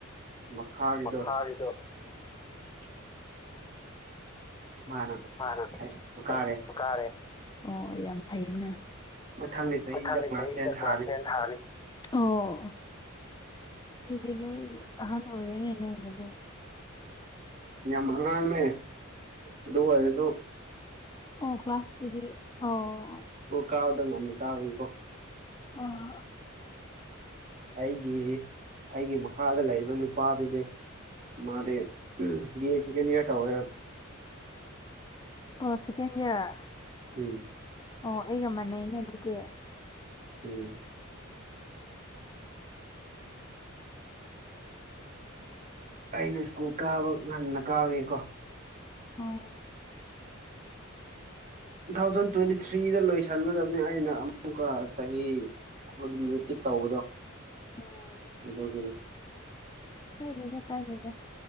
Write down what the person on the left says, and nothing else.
ꯃꯈꯥ ꯒꯤ ꯗꯣ
ꯃꯥꯅ
ꯑꯩ ꯀꯥꯔꯦ ꯑꯣ ꯌꯥꯝ ꯐꯩꯅꯦ
ꯃꯊꯪ ꯒꯤ
ꯆꯥꯍꯤꯗ
ꯀ꯭ꯂꯥꯁ ꯇꯦꯟ ꯊꯥꯅꯤ ꯑꯣ ꯑꯗꯨꯗꯤ ꯂꯣꯏ ꯑꯍꯥꯟ ꯑꯣꯏꯔꯦꯅꯦ ꯅꯣꯏ ꯒꯤꯗꯤ
ꯑꯣ ꯀ꯭ꯂꯥꯁ ꯄꯨꯗꯤ ꯑꯣ
ꯑ
ꯑꯣ ꯁꯦꯀꯦꯟ ꯏꯌꯥꯔ
ꯑꯣ ꯑꯩꯒ ꯃꯥꯟꯅꯩꯅꯦ ꯑꯗꯨꯗꯤ
ꯑꯣ
ꯎꯝ
ꯀꯥꯏꯗꯦꯗ ꯀꯥꯏꯗꯦꯗ